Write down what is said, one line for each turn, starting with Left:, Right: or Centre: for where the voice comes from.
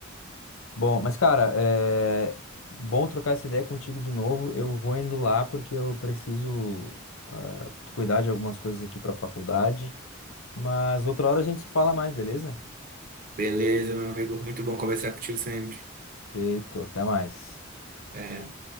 Left: Bom, mas, cara, é bom trocar essa ideia contigo de novo. Eu vou indo lá porque eu preciso, ah, cuidar de algumas coisas aqui para a faculdade. Mas outra hora a gente se fala mais, beleza?
Right: Beleza, meu amigo. Muito bom conversar contigo sempre.
Left: Feito, até mais.
Right: É,